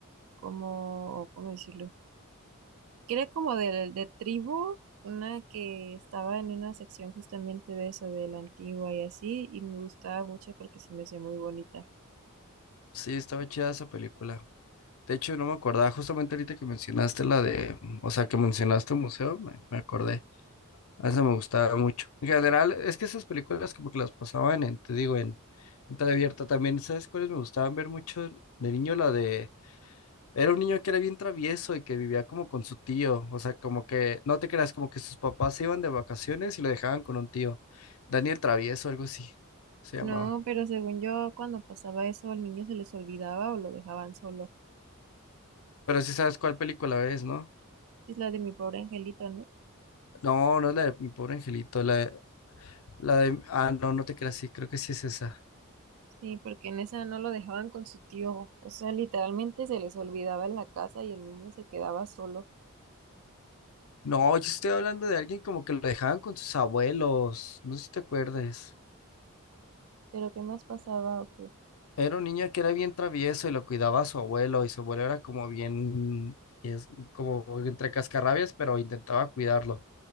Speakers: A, on the right (about 65°); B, on the left (about 70°).
A: como, ¿cómo decirlo? Que era como de, de tribu, una que estaba en una sección justamente de eso, de la antigua y así, y me gustaba mucho porque se me hacía muy bonita.
B: Sí, estaba chida esa película. De hecho, no me acordaba, justamente ahorita que mencionaste la de, o sea, que mencionaste un museo, me, me acordé. A esa me gustaba mucho. En general, es que esas películas como que las pasaban en, te digo, en, en abierta También, ¿sabes cuáles me gustaban ver mucho de niño? La de Era un niño que era bien travieso y que vivía como con su tío, o sea, como que, no te creas, como que sus papás se iban de vacaciones y lo dejaban con un tío. Daniel Travieso, algo así se
A: No,
B: llamaba.
A: pero según yo, cuando pasaba eso, al niño se les olvidaba o lo dejaban solo.
B: Pero sí sabes cuál película es, ¿no?
A: Sí, es la de mi pobre angelito, ¿no?
B: No, no es la de Mi Pobre Angelito, la de, la de, ah, no, no te creas, sí, creo que sí es esa.
A: Sí, porque en esa no lo dejaban con su tío. O sea, literalmente se les olvidaba en la casa y el niño se quedaba solo.
B: No, yo estoy hablando de alguien como que lo dejaban con sus abuelos, no sé si te acuerdes.
A: Pero ¿qué más pasaba o qué?
B: Era un niño que era bien travieso y lo cuidaba a su abuelo y su abuelo era como bien, es como entre cascarrabias, pero intentaba cuidarlo.